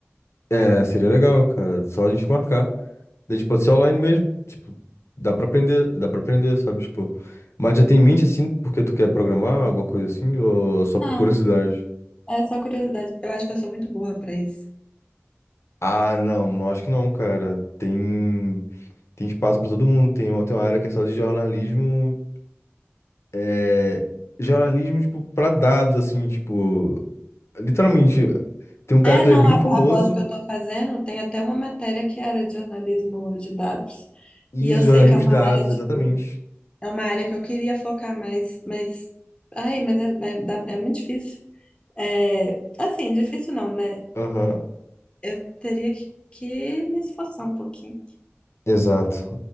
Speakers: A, on the left; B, on the left.
A: É, seria legal, cara. Só a gente marcar. A gente pode ser online mesmo. Tipo, dá pra aprender, dá pra aprender, sabe? Tipo. Mas já tem em mente assim, porque tu quer programar, alguma coisa assim, ou só
B: Não,
A: por <laughs> curiosidade?
B: é só curiosidade. Eu acho que eu sou muito boa para isso.
A: Ah, não, não acho que não, cara. Tem. Tem espaço para todo mundo. Tem uma, tem uma área que é só de jornalismo. É, jornalismo, tipo, para dados, assim, tipo. Literalmente, tem um cara
B: É,
A: que
B: não,
A: ele é bem
B: a,
A: famoso.
B: a pós que eu estou fazendo, tem até uma matéria que era de jornalismo de dados.
A: E
B: E eu
A: isso,
B: sei
A: jornalismo
B: que é uma
A: de dados,
B: área, tipo,
A: exatamente.
B: é uma área que eu queria focar mais, mas. Ai, mas é, é, dá- é muito difícil. É, assim, difícil não, né?
A: Aham.
B: Eu teria que, que me esforçar um pouquinho.
A: Exato.